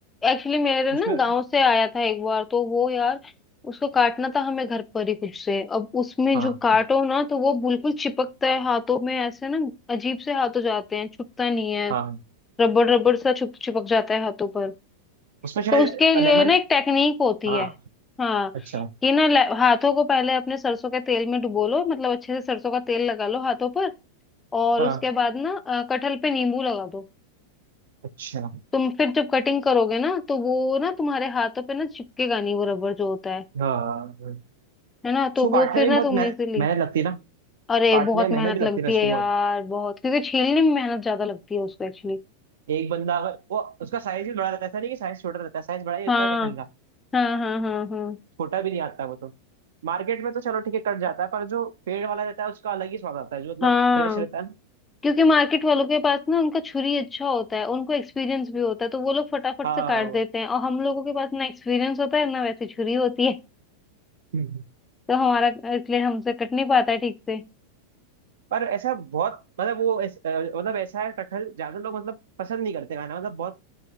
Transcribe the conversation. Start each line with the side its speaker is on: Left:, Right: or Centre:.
Left: एक्चुअली मेरे ना
Right: उसमें
Left: गांव से आया था एक बार तो वो यार उसको काटना था हमें घर पर ही खुद से अब उसमें
Right: हाँ
Left: जो काटो ना तो वो बिल्कुल चिपकता है हाथों में ऐसे ना अजीब से हाथों जाते हैं छुटता नहीं है।
Right: हाँ
Left: रबड़ रबड़ सा छुप चिपक जाता है हाथों पर
Right: उसमें शायद
Left: तो उसके लिए
Right: लेमन
Left: ना एक टेक्निक होती
Right: हाँ
Left: है हाँ
Right: अच्छा
Left: कि ना ला- हाथों को पहले अपने सरसों के तेल में डुबो लो मतलब अच्छे से सरसों का तेल लगा लो हाथों पर और
Right: हाँ
Left: उसके बाद ना अ, कटहल पे नींबू लगा दो
Right: अच्छा
Left: तुम फिर जब कटिंग करोगे ना तो वो ना तुम्हारे हाथों पे ना चिपकेगा नहीं वो रबड़ जो होता है
Right: हाँ
Left: है ना तो
Right: उसको काटने
Left: वो फिर
Right: में
Left: ना
Right: बहुत
Left: तुम
Right: मेह-
Left: इजीली
Right: मेहनत लगती है ना
Left: अरे
Right: काटने
Left: बहुत
Right: में
Left: मेहनत
Right: मेहनत भी लगती
Left: लगती
Right: है ना उसको
Left: है यार
Right: बहुत
Left: बहुत क्योंकि छीलने में मेहनत ज्यादा लगती है उसको एक्चुअली
Right: एक बंदा अगर वो उसका साइज भी बड़ा रहता है ऐसा नहीं कि साइज छोटा रहता है साइज बड़ा ही रहता
Left: हाँ
Right: है कटहल का
Left: हाँ हाँ हाँ हाँ
Right: छोटा भी नहीं आता वो तो मार्केट में तो चलो ठीक है कट जाता है पर जो पेड़ वाला रहता है उसका अलग ही स्वाद आता है जो मतलब
Left: हाँ
Right: फ्रेश रहता है ना
Left: क्योंकि मार्केट वालों के पास ना उनका छुरी अच्छा होता है उनको एक्सपीरियंस भी होता है तो वो लोग फटाफट
Right: हाँ
Left: से काट देते हैं और हम लोगों के पास ना एक्सपीरियंस होता है ना वैसी छुरी होती है
Right: वो।
Left: तो हमारा इसलिए हमसे कट नहीं पाता है ठीक से
Right: पर ऐसा बहुत मतलब वो ऐस- अ, मतलब ऐसा है कटहल ज्यादा लोग मतलब पसंद नहीं करते खाना मतलब बहुत